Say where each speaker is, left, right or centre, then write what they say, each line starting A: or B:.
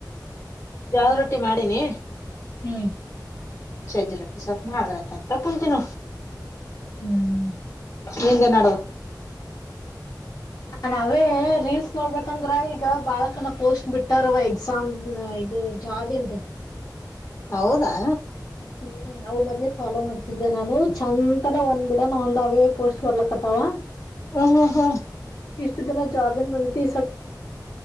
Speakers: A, on the left; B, on the left.
A: ಜೋಳದ ರೊಟ್ಟಿ ಮಾಡೀನಿ
B: ಹ್ಮ್
A: ಚಜ್ಜಿರೊಟ್ಟಿ ಸ್ವಲ್ಪ ಮಾಡ್ರತ ಕುಂತಿನ
B: ಹ್ಮ್
A: ನಿಂದೆ ನೆಡದವ.
B: ನಾವೇ ರೀಲ್ಸ್ ನೋಡ್ಬೇಕಂದ್ರ ಈಗ ಬಾಳಕನ ಪೋಸ್ಟ್ ಬಿಟ್ಟಾರವ. <unintelligible> ಇದು ಜಾಬಿಂದ್.
A: ಹೌದಾ
B: ಹ್ಮ್ ನಾವು ಮೊದ್ ಫಾಲೋ ಮಾಡ್ತಿದ್ದೆ ನಾನು ಚೆಂದನ ಒಂದ್ನ ಒಂದ್ ಅವೇ ಪೋಸ್ಟ್ ಬರ್ಲಕ್ಕತ್ತವ.
A: ಹ ಹ ಹಾ
B: ಇಷ್ಟು ದಿನ ಜಾಬನ್ ಬಂದೈತಿ.